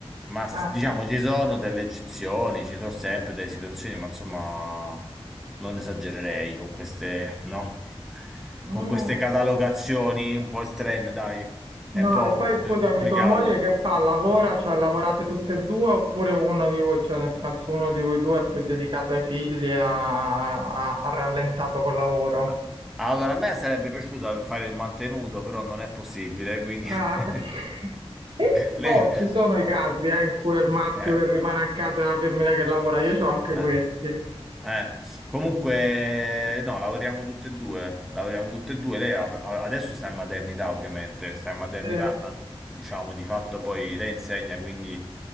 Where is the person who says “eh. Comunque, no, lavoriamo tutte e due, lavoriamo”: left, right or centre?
Centre